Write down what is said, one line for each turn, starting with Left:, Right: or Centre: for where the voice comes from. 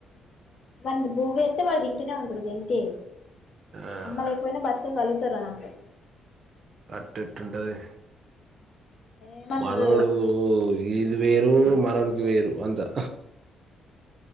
Left: ఉమ్ బ్యూవే అతే వాడుది ఇంటనే ఉంటది ఎంతే
Right: ఆ
Left: అమ్మ లేకపోయినా బ్రతక కలుగుతారు అని అంటారు
Right: అట్ ఎట్ ఉమటది
Left: ఏమంటారు
Right: మనవడు ఇది వేరు మానవునికి వేరు అంతా